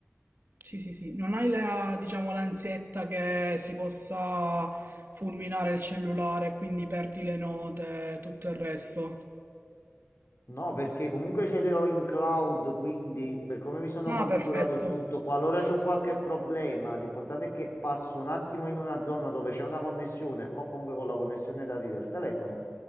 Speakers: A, on the right; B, on the left.
A: Sì, sì, sì, non hai la, diciamo, l'ansietta che si possa fulminare il cellulare, quindi perdi le note e tutto il resto.
B: No, perché comunque ce le ho in cloud, quindi per come mi sono
A: Ah,
B: configurato
A: perfetto.
B: il tutto, qualora c'ho qualche problema, l'importante è che passo un attimo in una zona dove c'è una connessione o comunque con la connessione dati del telefono